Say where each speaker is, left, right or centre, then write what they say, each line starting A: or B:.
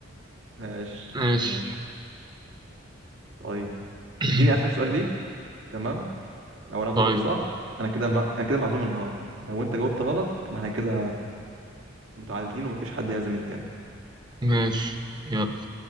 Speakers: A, on the right; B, on the right.
A: ماشي
B: ماشي
A: ماشي طيب
B: <clears throat>
A: اديني اخر سؤال ليك تمام لو انا جاوبته
B: طيب
A: صح انا كده ما... انا كده معزوم النهارده لو انت جاوبت غلط يبقى احنا كده متعادلين ومفيش حد يعزم التاني
B: ماشي يلا